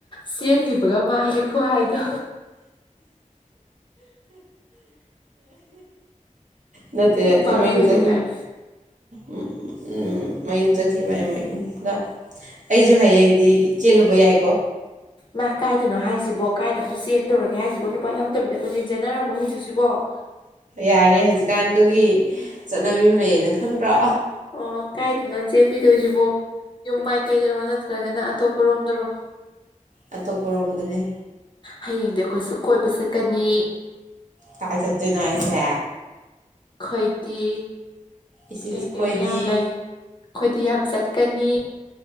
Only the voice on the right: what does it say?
ꯅꯠꯇꯦ
ꯅꯠꯇꯦ
ꯃꯌꯨꯝ
ꯆꯈꯤꯕꯅꯤ
ꯎꯝ ꯎꯝ ꯃꯌꯨꯝ ꯆꯠ ꯆꯠꯈꯤꯕꯅꯦ ꯃꯌꯨꯝꯗ ꯑꯩꯖꯨ ꯍꯌꯦꯡꯗꯤ ꯆꯦꯜꯂꯨꯕ ꯌꯥꯏꯀꯣ
ꯌꯥꯔꯦ ꯍꯧꯖꯤꯛꯀꯥꯟꯗꯨꯒꯤ ꯆꯠꯅꯕꯤ ꯑꯃ ꯂꯩꯌꯦ ꯅꯪ ꯈꯪꯗ꯭ꯔꯣ
ꯑꯇꯣꯞꯄ ꯔꯣꯝꯗꯅꯤ
ꯀꯥꯏ ꯆꯠꯇꯣꯏꯅꯣ ꯍꯥꯏꯁꯦ
ꯏꯁ ꯑꯩꯈꯣꯏꯗꯤ